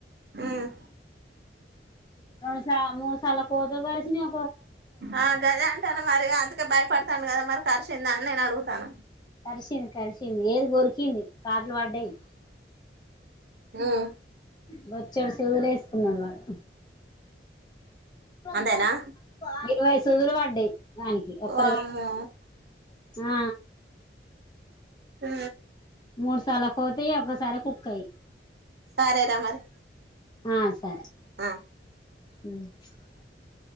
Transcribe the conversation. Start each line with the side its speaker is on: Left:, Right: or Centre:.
Right: ఉమ్
Left: తస మూ సాల కోది పరిసినం
Right: ఆ గదే అంటానా మరి అందుకే భయపడతాండు కదా మరి కర్షింద అనీ నేను అడుగుతాన
Left: కరిసింది కరిసింది ఏలు కొరికింది కాట్లు పడ్డాయి
Right: ఉమ్
Left: బొచ్చెడు సూదులే ఉన్నవారా <unintelligible>
Right: అంతేనా
Left: ఇరవైద్దు సూదులు పడ్డాయి వానికి ఒక్కడిగా
Right: వామ్మో
Left: ఆ
Right: హ
Left: మూడు సార్లు కోతి ఒక్కసారి కుక్క అయి
Right: సారే రా మరి
Left: ఆ సరే
Right: ఆ
Left: అ <unintelligible>